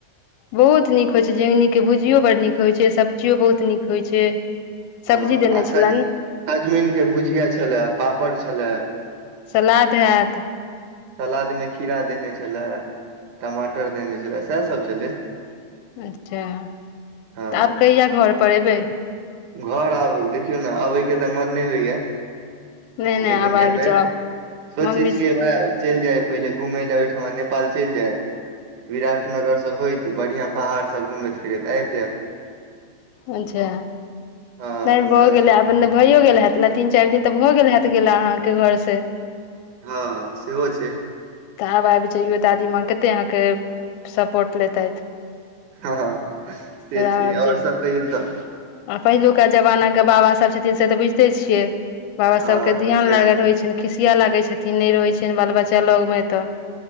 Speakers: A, on the left; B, on the right.
A: बहुत नीक होइ छै झिंमनी के भुजियो बड़ नीक होइ छै सब्जियो बहुत नीक होइ छै
B: हँ
A: सब्जी देने
B: आ
A: छलनि
B: सज सजमैन के भुजिया छला पापड़ छलए
A: सलाद हैत
B: सलादमे खीरा देने छलाय टमाटर देने छलाय सएह सब छलाय
A: अच्छा
B: हँ
A: तऽ आब कहिया घर पर एबै
B: घर आब देखियौ ने अबै के तऽ मन नहि होइया
A: नहि नहि
B: लेकिन
A: आब
B: अबै
A: आबि जाउ
B: सोचै
A: मम्मी
B: छियै वएह चलि जाय पहिले घुमय लए ओहिठमा नेपाल चलि जाय विराट नगर सब होयत बढ़िया पहाड़ सब घूमैत फिरैत आबि जायब
A: अच्छा
B: हँ
A: नहि भऽ
B: सएह स-
A: गेलै आब अपनने भइयो गेल हत ने तीन चारि दिन तऽ भऽ गेल हत गा अहाँके घर से
B: हँ सेहो छै
A: तऽ आब आबि जइयो दादी माँ कते अहाँके सपोर्ट लेतै
B: हँ हँ से छै
A: आब आबि
B: आउर
A: जइयौ
B: सब कहियौ तऽ
A: आ पहिलुका जमाना के बाबा सब छथिन से तऽ बुझते छियै बाबा
B: हँ
A: सब के ध्यान
B: खिसियाइ
A: लागल
B: छथिन
A: रहे छै खिसिया लागै छथिन नहि रहै छ बाल बच्चा लग मे तऽ